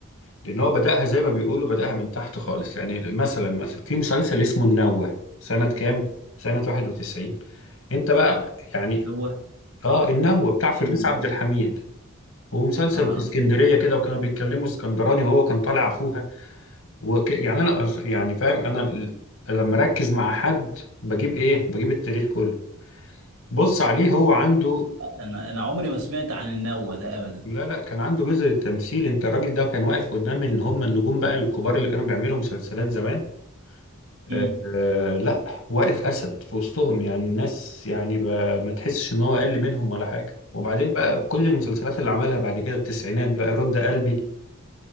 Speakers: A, on the left; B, on the right.
A: لان هو بدأها زي ما بيقولوا بدأها من تحت خالص يعني مثلا مثلا في مسلسل اسمه النوة سنة كام سنة 91 انت بقى يعني
B: هو
A: اه النوة بتاع فردوس
B: ايه النوة؟
A: عبد الحميد ومسلسل
B: اعرف
A: في اسكندرية كده وكانوا بيتكلموا اسكندراني وهو كان طالع اخوها وك... يعني انا أص- يعني فاهم انا ال- لما اركز مع حد بجيب ايه بجيب التاريخ كله بص عليه هو عنده
B: انا انا عمري ما سمعت عن النوة ده ابدا
A: لا لا كان عنده بذر التمثيل انت الراجل ده كان واقف قدام ان هم النجوم بقى الكبار اللي كانوا بيعملوا مسلسلات زمان آه
B: مم.
A: آه، لا واقف اسد في وسطهم يعني الناس يعني ب- ما تحسش ان هو اقل منهم ولا حاجه وبعدين بقى كل المسلسلات اللي عملها بعد كده التسعينات بقى رد قلبي